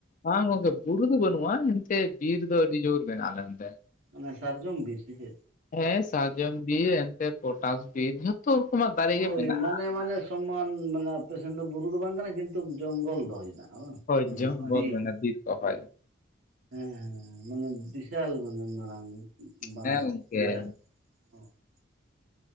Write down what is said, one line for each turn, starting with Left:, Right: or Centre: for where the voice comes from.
Left: ᱵᱟᱝ ᱜᱚᱝᱠᱮ ᱵᱩᱨᱩ ᱫᱚ ᱵᱟᱱᱩᱜᱼᱟ ᱮᱱᱛᱮ ᱵᱤᱨ ᱫᱚ ᱟᱹᱰᱤ ᱡᱳᱨ ᱢᱮᱱᱟᱜᱼᱟ ᱟᱞᱮ ᱚᱱᱛᱮ᱾
Right: ᱚᱱᱟ ᱥᱟᱨᱡᱚᱢ ᱵᱤᱨ ᱥᱮ ᱪᱮᱫ᱾
Left: ᱦᱮᱸ ᱥᱟᱨᱡᱚᱢ ᱵᱤᱨ ᱮᱱᱛᱮ ᱯᱚᱴᱟᱥ ᱵᱤᱨ ᱡᱷᱚᱛᱚ ᱨᱚᱠᱚᱢᱟᱜ ᱫᱟᱨᱮ
Right: ᱦᱳᱭ
Left: ᱜᱮ ᱢᱮᱱᱟᱜᱼᱟ᱾
Right: ᱢᱟᱱᱮ ᱢᱟᱱᱮ ᱥᱚᱢᱟᱱ ᱢᱟᱱᱮ ᱟᱯᱮ ᱥᱮᱱ ᱫᱚ ᱵᱩᱨᱩ ᱫᱚ ᱵᱟᱝ ᱠᱟᱱᱟ ᱠᱤᱱᱛᱩ ᱡᱚᱝᱜᱚᱞ ᱫᱚ ᱦᱮᱱᱟᱜ
Left: ᱦᱳᱭ
Right: <unintelligible>
Left: ᱡᱚᱝᱜᱚᱞ
Right: ᱟᱰᱤ᱾ <inaudible> ᱦᱮᱸ
Left: ᱢᱮᱱᱟᱜᱼᱟ ᱵᱤᱨ ᱠᱚ ᱦᱳᱭ
Right: ᱦᱮᱸ ᱢᱟᱱᱮ ᱵᱤᱥᱟᱞ ᱢᱟᱱᱮ ᱢᱟᱨᱟᱝ <inaudible> ᱢᱟᱨᱟᱝ᱾
Left: ᱦᱮᱸ ᱜᱚᱝᱠᱮ
Right: <unintelligible>